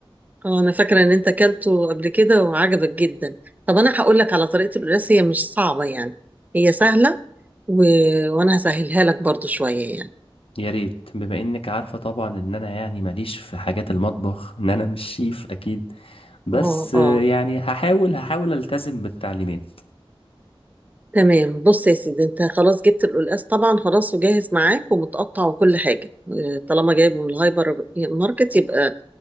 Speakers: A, on the right (about 15°); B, on the left (about 70°).
A: آه، انا فاكره ان انت اكلته قبل كده وعجبك جدا طب انا هقول لك على طريقه القلقاس هي مش صعبه يعني هي سهله و... وانا هسهلها لك برضو شويه يعني
B: يا ريت بما انك عارفة طبعا ان انا يعني ماليش في حاجات المطبخ ان انا مش شيف اكيد بس
A: اه
B: آه،
A: اه
B: يعني هحاول هحاول التزم بالتعليمات
A: تمام بص يا سيدي انت خلاص جبت القلقاس طبعا خلاص وجاهز معاك ومتقطع وكل حاجه اه، طالما جايبه من الهايبر ماركت يبقى